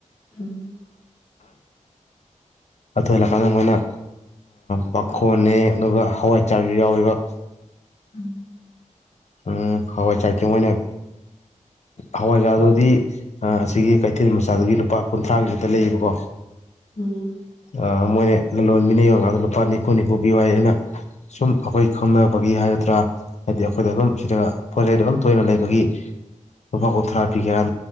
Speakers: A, on the left; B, on the left.
A: ꯎꯝ
B: ꯑꯗꯨ ꯍꯜꯂꯛꯀꯥꯟꯗ ꯃꯣꯏꯅ ꯄꯥꯡꯈꯣꯟꯅꯦ ꯑꯗꯨꯒ ꯍꯋꯥꯏ ꯆꯥꯔ ꯌꯥꯎꯔꯤꯕ
A: ꯎꯝ
B: ꯎꯝ ꯍꯋꯥꯏ ꯆꯇ ꯃꯅ ꯍꯋꯥꯏꯖꯥꯗꯨꯗꯤ ꯑꯁꯤꯒꯤ ꯀꯩꯊꯦꯜ ꯃꯆꯥꯗꯨꯒꯤ ꯂꯨꯄꯥ ꯀꯨꯟꯊ꯭ꯔꯥꯒꯤ ꯍꯦꯛꯇ ꯂꯩꯌꯦꯕꯀꯣ
A: ꯎꯝ
B: ꯑ ꯃꯣꯏꯅ ꯂꯣꯟ ꯃꯤꯅ ꯌꯡꯉꯀꯥꯟꯗ ꯂꯨꯄꯥ ꯅꯤꯐꯨ ꯅꯤꯐꯨ ꯄꯤ ꯍꯥꯏ ꯑꯩꯅ ꯁꯨꯝ ꯑꯩꯈꯣꯏ ꯈꯪꯅꯕꯒꯤ ꯍꯥꯏꯒꯗ꯭ꯔꯥ ꯍꯥꯏꯗꯤ ꯑꯩꯈꯣꯏꯗ ꯑꯗꯨꯝ ꯁꯤꯗ ꯄꯣꯠ ꯆꯩꯩꯗ ꯑꯗꯨꯝ ꯇꯣꯏꯅ ꯂꯩꯕꯒꯤ ꯅꯨꯄꯥ ꯀ ꯊ꯭ꯔꯥꯄꯤ ꯑꯣ